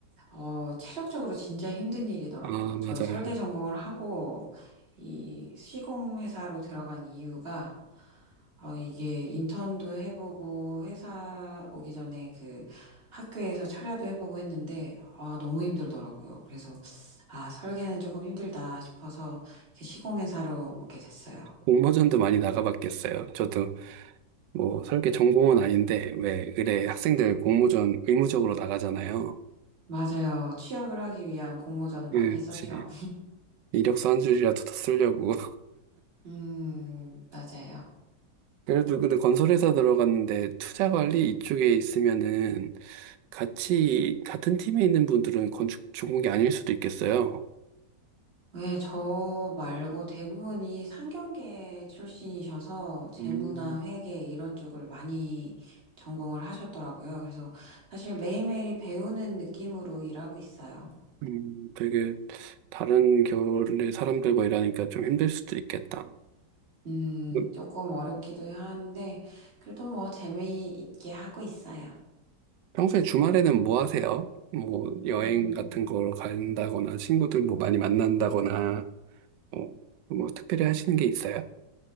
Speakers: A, on the right; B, on the right.
A: 어, 체력적으로 진짜 힘든 일이더라고요.
B: 아, 맞아요.
A: 저 설계 전공을 하고 이 시공 회사로 들어간 이유가 어, 이게 인턴도 해보고 회사 오기 전에 그 학교에서 철야도 해보고 했는데 아, 너무 힘들더라고요. 그래서 아, 설계는 조금 힘들다 싶어서 이렇게 시공 회사로 오게 됐어요.
B: 공모전도 많이 나가봤겠어요. 저도 뭐 설계 전공은 아닌데 왜 의뢰 학생들 공모전 의무적으로 나가잖아요.
A: 맞아요. 취업을 하기 위한 공모전 많이
B: 그렇지.
A: 했었죠.
B: 이력서 한 줄이라도 더 쓰려고
A: 음, 맞아요.
B: 그래도 근데 건설회사 들어갔는데 투자 관리 이쪽에 있으면은 같이 같은 팀에 있는 분들은 건축 전공이 아닐 수도 있겠어요.
A: 네, 저 말고 대부분이 상경계 출신이셔서 재무나
B: 음,
A: 회계 이런 쪽을 많이 전공을 하셨더라고요. 그래서 사실 매일매일이 배우는 느낌으로 일하고 있어요.
B: 음, 되게 다른 결의 사람들과 일하니까 좀 힘들 수도 있겠다.
A: 음,
B: 그
A: 조금 어렵기도 한데, 그래도 뭐 재미있게 하고 있어요.
B: 평소에 주말에는 뭐 하세요? 뭐 여행
A: 음,
B: 같은 걸 간다거나 친구들 뭐 많이 만난다거나 뭐, 뭐 특별히 하시는 게 있어요?